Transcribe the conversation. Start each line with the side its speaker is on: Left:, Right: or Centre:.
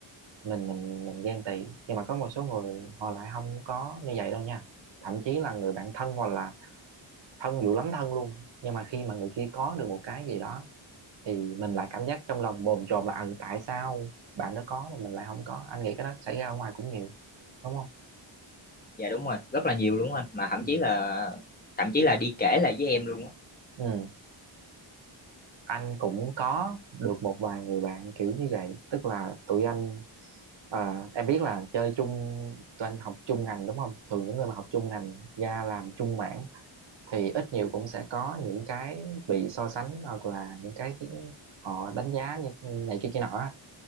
Right: mình mình mình ghen tị nhưng mà có một số người họ lại không có như vậy đâu nha thậm chí là người bạn thân hoặc là thân dữ lắm thân luôn nhưng mà khi mà người kia có được một cái gì đó thì mình lại cảm giác trong lòng bồn chồn là ừ tại sao bạn đó có mà mình lại không có anh nghĩ cái đó xảy ra ở ngoài cũng nhiều đúng không
Left: dạ đúng rồi rất là nhiều luôn anh mà thậm
Right: ừ.
Left: chí là thậm chí là đi kể lại với em luôn á
Right: ừ anh cũng có được một vài người bạn kiểu như vậy tức là tụi anh à, em biết là chơi chung tụi anh học chung ngành đúng không thường những người mà học chung ngành ra làm chung mảng thì ít nhiều cũng sẽ có những cái bị so sánh hoặc là những cái khiến họ đánh giá như này kia kia nọ á.